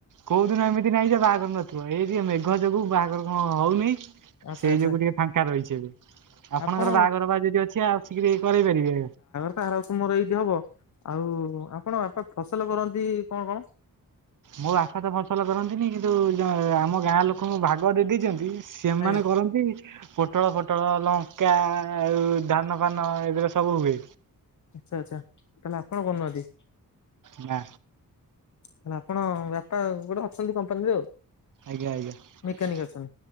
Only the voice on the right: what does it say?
କୋଉ ଦିନ ଏମିତି ନାଇଁ ଯେ ବାହାଘର ନ ଥିବ ଏଇଠି ଏଇ ମେଘ ଯୋଗୁ ବାହାଘର କଣ ହଉନି।
ସେଇ
ଯୋଗୁ ଟିକେ ଫାଙ୍କା ରହିଛି ଏବେ, ଆପଣଙ୍କର
ବାହାଘର ବା ଯଦି ଅଛି ଆସିକିରି ଏଇ କରେଇ ପାରିବେ।
ମୋ ବାପା ତ ଫସଲ କରନ୍ତିନି। କିନ୍ତୁ ୟା- ଆମ ଗାଁ ଲୋକଙ୍କୁ ଭାଗ ଦେଇ ଦେଇଛନ୍ତି ସେମାନେ
କରନ୍ତି। ପୋଟଳ, ଫୋଟଳ, ଲଙ୍କା ଆଉ ଧାନ ଫାନ ଏଗୁରା ସବୁ ହୁଏ।
ନା।
ଆଜ୍ଞା, ଆଜ୍ଞା।